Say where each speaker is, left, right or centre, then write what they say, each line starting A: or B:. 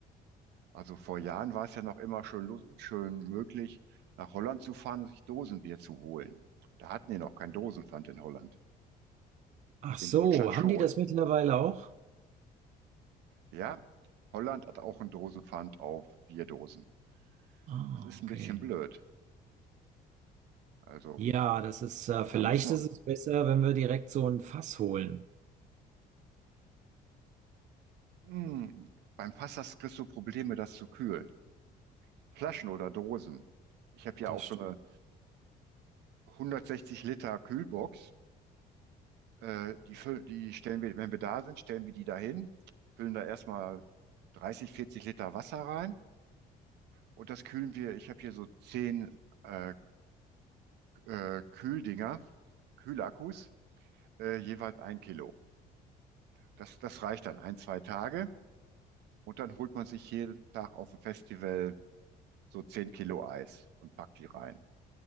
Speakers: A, on the right; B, on the right.
A: Also vor Jahren war es ja noch immer schön, lu- schön möglich, nach Holland zu fahren und sich Dosenbier zu holen. Da hatten die noch kein Dosenpfand in Holland.
B: Ach so,
A: In Deutschland schon.
B: haben die das mittlerweile auch?
A: Ja, Holland hat auch einen Dosenpfand auf Bierdosen.
B: Ah,
A: Das ist ein
B: okay.
A: bisschen blöd. Also,
B: Ja, das ist, äh, vielleicht
A: da muss man,
B: ist es besser, wenn wir direkt so ein Fass holen.
A: hm, beim Fass kriegst du Probleme, das zu kühlen. Flaschen oder Dosen. Ich habe ja
B: Das
A: auch so
B: stimmt.
A: eine hundertsechzig Liter Kühlbox. Äh, die füllen, die stellen wir, wenn wir da sind, stellen wir die dahin, füllen da erstmal 30, 40 Liter Wasser rein und das kühlen wir. Ich habe hier so 10 äh, äh, Kühldinger, Kühlakkus, äh, jeweils ein Kilo. Das, das reicht dann ein, zwei Tage und dann holt man sich jeden Tag auf dem Festival so 10 Kilo Eis und packt die rein.